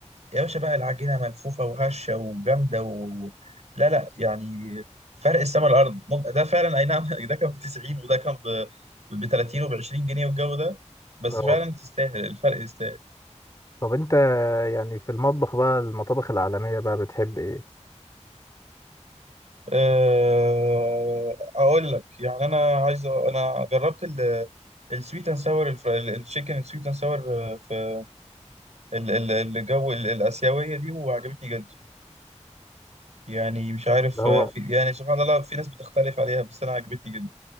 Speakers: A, on the right; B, on the left.
A: يا باشا بقى العجينة ملفوفة وهشة وجامدة و... لا لا يعني فرق السما الأرض مج... ده فعلا أي نعم <laughs> ده كان ب 90 وده كان ب 30 وب 20 جنيه والجو ده بس
B: اه
A: فعلا تستاهل الفرق يستاهل
B: طب انت يعني في المطبخ بقى المطابخ العالمية بقى بتحب ايه؟
A: أه... أقول لك يعني أنا عايز أ- أنا جربت ال السويت اند ساور التشيكن سويت اند ساور في ال- ال- الجو ال- الآسيوية دي وعجبتني جدا يعني مش عارف
B: اللي
A: آه،
B: هو
A: في يعني سبحان الله في ناس بتختلف عليها بس أنا عجبتني جدا